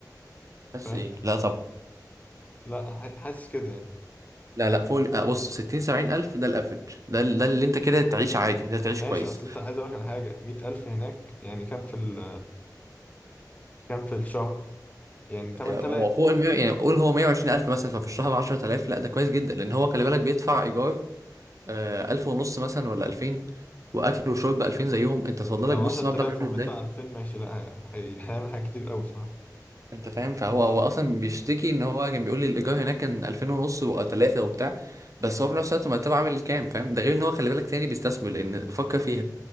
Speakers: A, on the right; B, on the left.
A: بس
B: فاهم
A: ايه لا طبعا
B: لا ح- حاسس كده يعني
A: لا لا فوق ال- آه، بص 60 70 الف ده الافرج ده ال- ده اللي انت كده تعيش عادي ده تعيش
B: ماشي
A: كويس
B: اصل انت عايز اقول لك على حاجة 100000 هناك يعني كام في ال كام في الشهر يعني 8000
A: يعني هو فوق ال 100 يعني قول هو 120 الف مثلا ففي الشهر 10000 لا ده كويس جدا لان هو خلي بالك بيدفع ايجار آه، ألف ونص مثلا ولا ألفين وأكل وشرب بألفين زيهم أنت تفضلك
B: لو
A: بص
B: 10000
A: مبلغ عامل
B: وبيدفع
A: إزاي
B: 2000 ماشي لا هي- هي- هيعمل حاجات كتير قوي بصراحة
A: أنت فاهم فهو هو أصلا بيشتكي إن هو كان بيقول لي الإيجار هناك كان ألفين ونص وتلاتة وبتاع بس هو في نفس الوقت مرتبه عامل كام فاهم ده غير إن هو خلي بالك تاني بيستثمر لأن فكر فيها